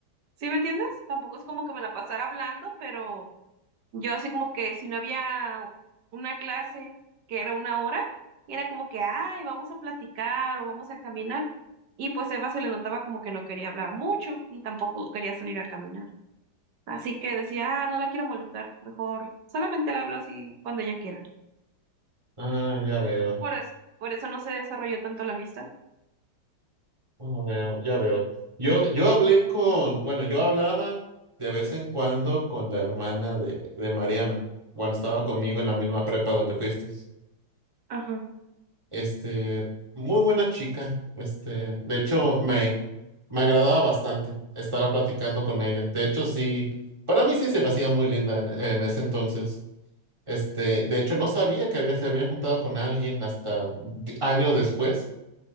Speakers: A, on the right; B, on the right.
A: ¿Sí me entiendes? Tampoco es como que me la pasara hablando, pero yo así como que si no había una clase que era una hora, era como que, ay, vamos a platicar o vamos a caminar. Y pues Eva se le notaba como que no quería hablar mucho y tampoco quería salir a caminar. Así que decía, ah, no la quiero molestar, mejor solamente la hablo así cuando ella quiera.
B: Ah, ya veo,
A: Por eso, por eso no se desarrolló tanto la amistad.
B: ya veo, ya veo. Yo, yo hablé con, bueno, yo hablaba de vez en cuando con la hermana de, de Mariana, cuando estaba conmigo en la misma prepa donde fuiste.
A: Ajá.
B: Este, muy buena chica. Este, de hecho, me, me agradaba bastante estar platicando con ella. De hecho, sí, para mí sí se me hacía muy linda en, en ese entonces. Este, de hecho, no sabía que había, se había juntado con alguien hasta de- años después,